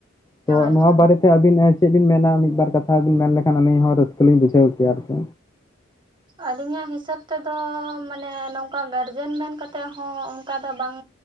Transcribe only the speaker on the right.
ᱦᱳᱭ
ᱟᱹᱞᱤᱧᱟᱜ ᱦᱤᱥᱟᱹᱵ ᱛᱮᱫᱚᱻ ᱢᱟᱱᱮ ᱱᱚᱝᱠᱟ ᱞᱮᱰᱵᱮᱱ ᱢᱮᱱ ᱠᱟᱛᱮᱜ ᱦᱚᱸ ᱚᱝᱠᱟ ᱫᱚ ᱵᱟᱝᱻ